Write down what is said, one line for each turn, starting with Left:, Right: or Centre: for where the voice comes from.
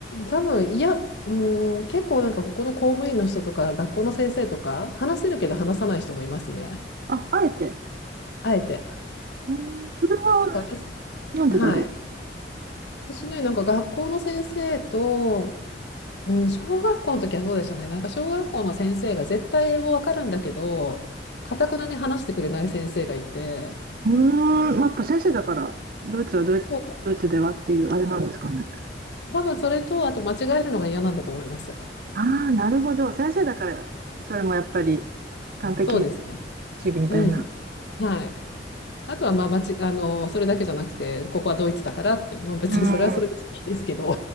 Left: 多分、いや、うん、結構なんかここの公務員の人とか、学校の先生とか、話せるけど話さない人もいますね。
Right: あ、あえて。
Left: あえて。
Right: うん、それは
Left: なんか、け
Right: なんでだろう。
Left: はい。私ね、なんか学校の先生と、うん、小学校の時はそうでしたね。なんか小学校の先生が絶対英語わかるんだけど、かたくなに話してくれない先生がいて、
Right: うーん、まあやっぱ先生だから、ドイツはドイツ、
Left: そう、
Right: ドイツではっていうあれなんですかね。
Left: 多分それと、あと間違えるのが嫌なんだと思います。
Right: ああ、なるほど。先生だから、それもやっぱり完璧
Left: そうですね。
Right: 主義みたいな。
Left: うん。はい。あとは、まあ、まち、あの、それだけじゃなくて、ここはドイツだからって、もう別にそれはそれでいいですけど、
Right: うん。